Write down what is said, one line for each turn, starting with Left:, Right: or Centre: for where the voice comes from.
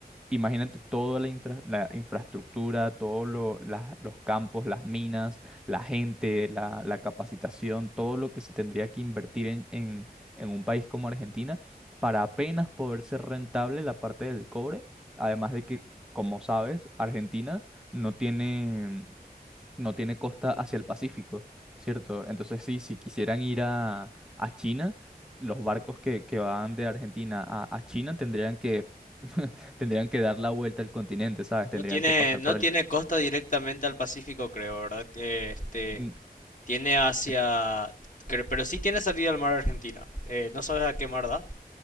Centre: Imagínate toda la, intra- la infraestructura, todos lo- las- los campos, las minas, la gente, la, la capacitación, todo lo que se tendría que invertir en, en- en un país como Argentina para apenas poder ser rentable la parte del cobre. Además de que, como sabes, Argentina no tiene, no tiene costa hacia el Pacífico, ¿cierto? Entonces, sí, si quisieran ir a, a China, los barcos que, que van de Argentina a a China tendrían que Tendrían que dar la vuelta al continente, ¿sabes? Tendrían
Left: No tiene,
Centre: que pasar
Left: no
Centre: por
Left: tiene
Centre: el...
Left: costa directamente al Pacífico, creo, ¿verdad? Eh, Este,
Centre: Mm,
Left: tiene hacia...
Centre: es-
Left: cre- Pero sí tiene salida al mar Argentina. Eh, ¿no sabes a qué mar da?